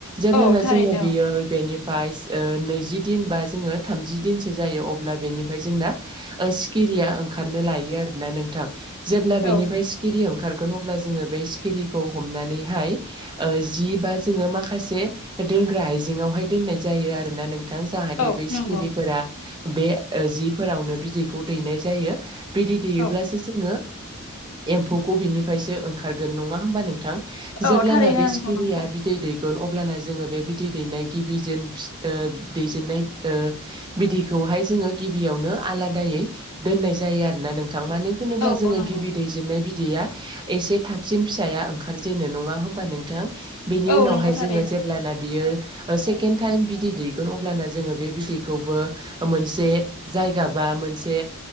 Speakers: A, on the right; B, on the left.
A: जेब्लाना
B: औ थारैनो
A: जोङो बियो
B: औ
A: बेनि फायस ओ नैजि दिन बा जोङो थामजि दिनसो जायो अब्ला बेनिफाय जोंना ओ सिखिरिया ओंखारनो लायो आरो ना नोंथां जेब्ला बेनिफाय
B: औ
A: सि सिखिरि ओंखारगोन अब्ला जोङो बे सिखिरिखौ हमनानैहाय ओ जि बा जोङो माखासे दोनग्रा आइजेंङावहाय दोननाय जायो आरोना नों दा जाहाथे
B: औ
A: बेै
B: नंगौ
A: सिखिरिफोरा बे ओ जिफोरावनो बिदैखौ दैनाय जायो। ए बिदै दैेयोब्लासो
B: औ
A: जोङो एम्फौखौ बिनिफ्रायसो ओंखारगोन नङा होमबा नोंथां? जेब्लाना
B: औ थारैनो
A: बे
B: नंगौ
A: सिखिरिया
B: नोंथां
A: बिदै दै गोन अब्लाना जोङो बे बिदै दैनाय गिबि जेन फिथ ओ दैजेननाय ओ बिदिखौहाय जोङो गिबियावनो आलादायै दोननाय जायो आरो। ना नोंथां मानो होनोब्ला
B: औ
A: जोङो
B: नंगौ
A: गिबि दै दैजेननाय बिदैया एसे थाबसिन फिसाया ओंखारजेनो नङा होमबा नोंथां। बिनि
B: औ
A: उनावहाय
B: नंगौ थारैनो
A: जोङो जेब्लाना बियो ओ सेकेणड टाइम बिदै दैगोन अब्लाना जोङो बे बिदैखौबो मोनसे जायगा बा मोनसे